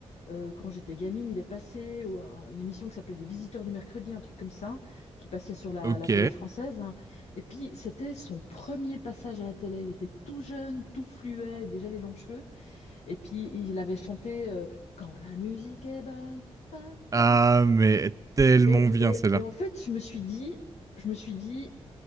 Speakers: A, on the left; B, on the right.
A: euh, quand j'étais gamine. Il est passé ou euh, une émission qui s'appelait Les Visiteurs du mercredi, un truc comme ça, qui passait sur la,
B: Ok.
A: la télé française. hein. Et puis, c'était son premier passage à la télé. Il était tout jeune, tout fluet, avec déjà les longs cheveux. Et puis, il avait chanté euh, Quand la musique est bonne. ta-
B: Ah,
A: bonne.
B: mais tellement
A: Et,
B: bien
A: et,
B: celle-là.
A: et en fait, je me suis dit, je me suis dit,